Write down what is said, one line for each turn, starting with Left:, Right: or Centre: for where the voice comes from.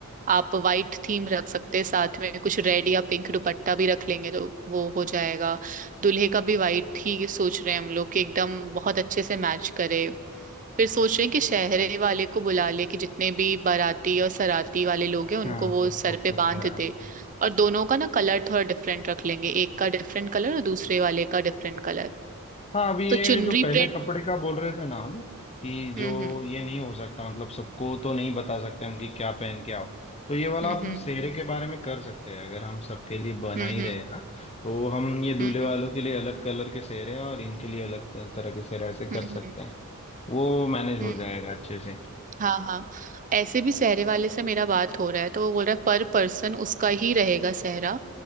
Right: आप वाइट थीम रख सकते हैं साथ में कुछ रेड या पिंक दुपट्टा भी रख लेंगे तो वो हो जाएगा दूल्हे का भी वाइट ही सोच रहे हैं हम लोग कि एकदम बहुत अच्छे से मैच करे फिर सोच रहे हैं कि शहरे वाले को बुला ले कि जितने भी बाराती और सराती वाले लोग हैं उनको
Left: हाँ
Right: वो
Left: सबको
Right: सर
Left: खुश
Right: पे बांध
Left: है
Right: दे और दोनों का ना कलर थोड़ा डिफरेंट रख लेंगे एक का डिफरेंट कलर और दूसरे वाले का डिफरेंट कलर
Left: हाँ अभी
Right: तो
Left: ये
Right: चुनरी
Left: जो पहले
Right: प्रिंट
Left: कपड़े का बोल रहे थे ना हम कि जो
Right: हम्म हम्म
Left: ये नहीं हो सकता मतलब सबको तो नहीं बता सकते हम कि क्या पहन के आओ तो ये वाला
Right: हम्म
Left: हम सेहरे के बारे में कर सकते हैं अगर हम सबके लिए बना
Right: हम्म
Left: ही रहे
Right: हम्म
Left: हैं ना तो हम ये दूल्हे
Right: हम्म
Left: वालों के लिए अलग कलर के सेहरे और इनके लिए अलग त- तरह के सेहरे ऐसे
Right: हम्म
Left: कर
Right: हम्म,
Left: सकते
Right: हम्म, हम्म,
Left: हैं वो मैनेज हो
Right: हम्म, हम्म।
Left: जाएगा अच्छे से
Right: हाँ हाँ ऐसे भी सहरे वाले से मेरा बात हो रहा है तो वो बोल रहा है पर पर्सन उसका ही रहेगा सहरा